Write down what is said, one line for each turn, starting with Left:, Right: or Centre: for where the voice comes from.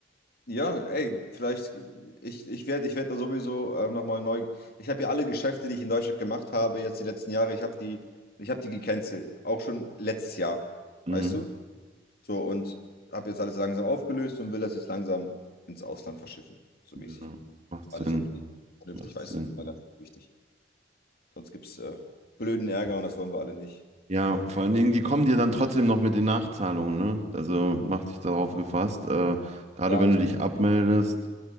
Left: Ja, ey, vielleicht, ich, ich werde ich werd da sowieso ähm, nochmal neu. Ich habe ja alle Geschäfte, die ich in Deutschland gemacht habe, jetzt die letzten Jahre, ich habe die, ich habe die gecancelt. Auch schon letztes Jahr,
Right: Mhm.
Left: weißt du? So, und habe jetzt alles langsam aufgelöst und will das jetzt langsam ins Ausland verschiffen. So
Right: Ja,
Left: mäßig.
Right: macht
Left: Alles
Right: Sinn,
Left: auf vernünftig,
Right: macht
Left: weißt
Right: Sinn.
Left: du, das ist mal ganz wichtig. Sonst gibt es äh, blöden Ärger und das wollen wir alle nicht.
Right: Ja,
Left: Ja.
Right: vor allen Dingen, die kommen dir dann trotzdem noch mit den Nachzahlungen, ne? Also mach dich darauf gefasst, äh, gerade
Left: Ja,
Right: wenn
Left: alles
Right: du dich abmeldest.